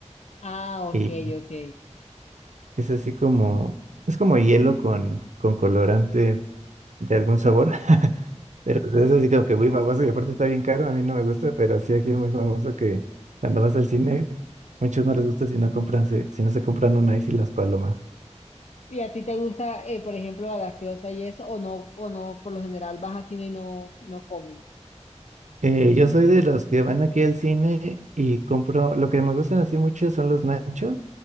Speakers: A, on the left (about 65°); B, on the right (about 80°).
A: Ah, ok,
B: y
A: ok.
B: es así como, es como hielo con, con colorante de algún sabor. <laughs> Pero es así como que muy famoso y aparte está bien caro, a mí no me gusta, pero sí aquí es muy famoso que cuando vas al cine, muchos no les gusta si no compran, se- si no se compran un ice y las palomas.
A: ¿Y a ti te gusta, eh, por ejemplo, la gaseosa y eso, o no, o no, por lo general vas a cine y no, y no comes?
B: Eh, yo soy de los que van aquí al cine y compro, lo que me gustan así mucho son los nachos